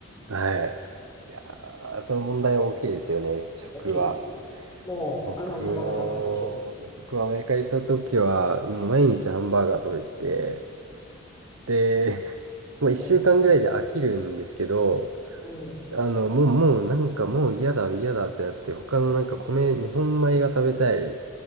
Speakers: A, on the right (about 85°); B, on the left (about 20°).
A: はい。いやー、その問題は大きいですよね。食は。
B: 大きい。もう我慢ならなかった私。
A: 僕も、僕もアメリカ行った時は、もう毎日ハンバーガー食べてて、で、<laughs> もう1週間ぐらいで飽きるんですけど、
B: うん、うん、
A: あの、もう、もう、なんかもう嫌だ、嫌だってなって、他のなんか米、日本米が食べたい